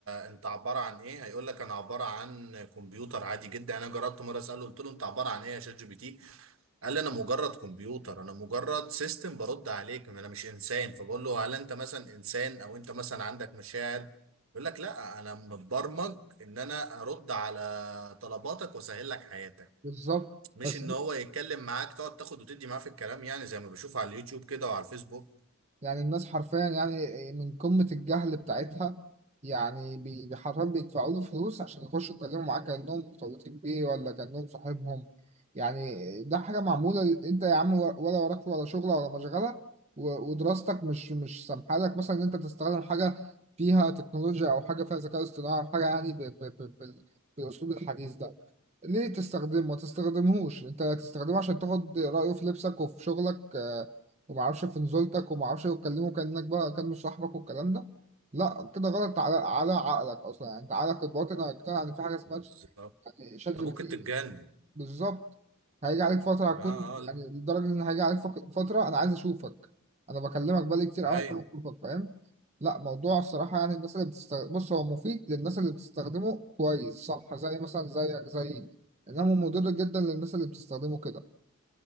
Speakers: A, on the right; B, on the right.
A: انت عبارة عن ايه هيقول لك انا عبارة عن كمبيوتر عادي جدا انا جربت مرة اسأله قلت له انت عبارة عن ايه يا شات جي بي تي قال لي انا مجرد كمبيوتر انا مجرد سيستم برد عليك انا مش انسان فبقول له هل انت مثلا انسان او انت مثلا عندك مشاعر يقول لك لا انا متبرمج ان انا ارد على طلباتك واسهل لك حياتك
B: بالظبط
A: مش
B: بس
A: ان هو يتكلم معاك تقعد تاخد وتدي معاه في الكلام يعني زي ما بشوف على اليوتيوب كده وعلى الفيسبوك
B: يعني الناس حرفيا يعني من قمة الجهل بتاعتها يعني بي- بي- حرفيا بيدفعوا له فلوس عشان يخشوا يتكلموا معاه كأنهم مرتبطين بيه ولا كأنهم صاحبهم يعني ده حاجة معمولة ل- انت يا عم ور- ولا وراك ولا شغل ولا مشغلة و- ودراستك مش مش سامحة لك مثلا ان انت تستخدم حاجة فيها تكنولوجيا او حاجة فيها ذكاء اصطناعي او حاجة يعني ب- ب- ب- بال- بالاسلوب الحديث ده ليه تستخدمه ما تستخدمهوش انت تستخدمه عشان تاخد رأيه في لبسك وفي شغلك آه، وما اعرفش في نزولتك وما اعرفش تكلمه كأنك بقى كأنه صاحبك والكلام ده لا كده غلط على على عقلك اصلا يعني انت عقلك الباطن هيقتنع ان في حاجه اسمها
A: بالظبط
B: ش- يعني شات جي
A: انت
B: بي
A: ممكن
B: تي
A: تتجنن
B: بالظبط هيجي عليك فترة هتكون
A: اه اه
B: يعني لدرجة إن هيجي عليك فك- فترة أنا عايز أشوفك أنا بكلمك بقالي كتير
A: ايوه
B: أوي أنا عايز أشوفك فاهم؟ لا موضوع الصراحة يعني الناس اللي بتستخدم بص هو مفيد للناس اللي بتستخدمه كويس صح زي مثلا زيك زي إنما مضر جدا للناس اللي بتستخدمه كده